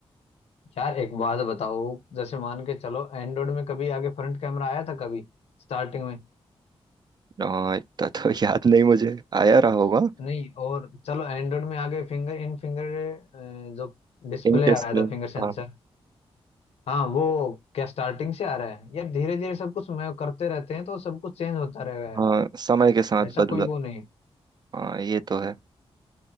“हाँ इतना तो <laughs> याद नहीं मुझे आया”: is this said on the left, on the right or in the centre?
Right